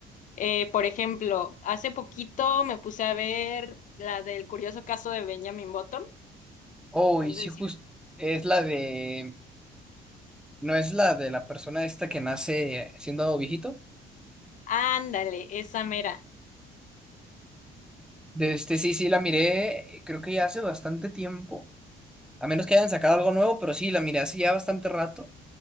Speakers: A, on the left; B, in the centre.
A: Eh, por ejemplo, hace poquito me puse a ver la del curioso caso de Benjamin Button.
B: Oh,
A: No
B: y sí,
A: sé
B: justo
A: si...
B: es la de. ¿No es la de la persona esta que nace siendo viejito?
A: Ándale, esa mera.
B: De este, sí, sí, la miré, eh, creo que ya hace bastante tiempo. A menos que hayan sacado algo nuevo, pero sí, la miré hace ya bastante rato.